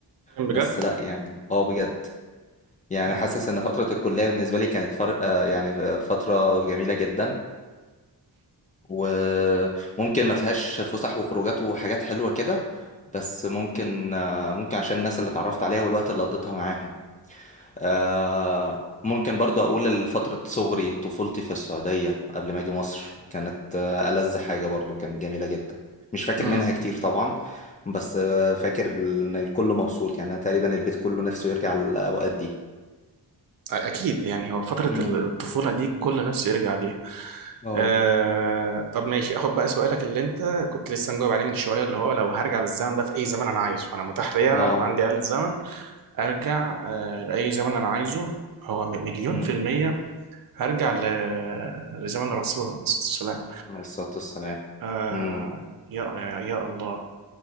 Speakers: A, on the right; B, on the left.
A: بتكلم بجد
B: بس لا يعني اه بجد يعني
A: آه.
B: حاسس ان فتره الكليه بالنسبه لي كانت فرق آه، يعني فتره جميله جدا وممكن ما فيهاش فسح وخروجات وحاجات حلوه كده بس ممكن آه، ممكن عشان الناس اللي اتعرفت عليها والوقت اللي قضيتها معاهم آه ممكن برضه أقول فترة صغري طفولتي في السعودية قبل ما أجي مصر كانت آه، ألذ حاجة برضه كانت جميلة جدا مش فاكر
A: امم
B: منها كتير طبعا بس آه، فاكر إن الكل مبسوط يعني أنا تقريبا البيت كله نفسه يرجع للأوقات دي
A: اكيد يعني هو فتره
B: امم
A: ال- الطفوله دي كل نفسه يرجع ليها
B: اه
A: آه. طب ماشي اخد بقى سؤالك اللي انت كنت لسه مجاوب عليه من شويه اللي هو لو هرجع بالزمن بقى في اي زمن انا عايزه انا متاح ليا
B: اه
A: انا عندي آلة زمن ارجع آه. لاي زمن انا عايزه هو م- مليون
B: امم
A: في الميه هرجع ل... لزمن الرسول عليه الصلاه والسلام
B: عليه الصلاة والسلام
A: آه
B: امم
A: يا يا يا الله